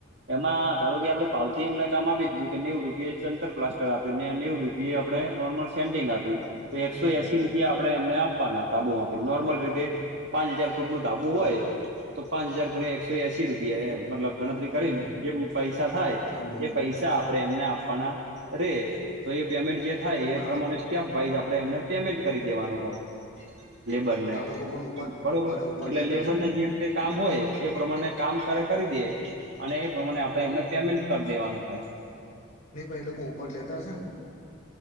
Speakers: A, on the right (about 55°); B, on the left (about 35°).
A: એમાં ધારો કે આપડે ભાવથી એમને કામ આપી દીધું કે નેવું રૂપિયા ચ અંતર પ્લાસ્ટર આપે ને નેવું રૂપ એ આપણે નોર્મલ સેન્ટિંગ આપ્યું તો એકસો
B: હમ
A: એસી રૂપિયા આપણે એમને આપવાના તાબુ માટે, નોર્મલ રીતે પાંચ હજાર ફૂટ નું ધાબું
B: બરાબર
A: હોય, તો પાંચ હજાર ગુણ્યા એકસો એસી રૂપિયા એમ. મતલબ ગણતરી કરીને
B: હમ
A: જે પૈસા થાય
B: સમજી
A: એ
B: ગયો
A: પૈસા આપણે એમને આપવાના રહે. તો એ પેમેન્ટ જે થાય
B: પણ
A: એ પ્રમાણે
B: આ
A: જ <unintelligible> વાઈઝ આપડે એમને પેમેન્ટ કરી દેવાનું હોય. લેબર ને.
B: આ લોકો પણ ઉપાડ
A: બરોબર?
B: ઉપાડ ઉપાડ
A: એટલે
B: લેતા
A: લેબરને
B: હશે ને પણ
A: જે રીતે કામ હોય એ પ્રમાણે કામ કરે કરી દીએ, અને એ પ્રમાણે આપણે એમને પેમેન્ટ કરી દેવાનું હોય.
B: નહીં, પહી એ લોકો ઉપાડ લેતા હશે ને?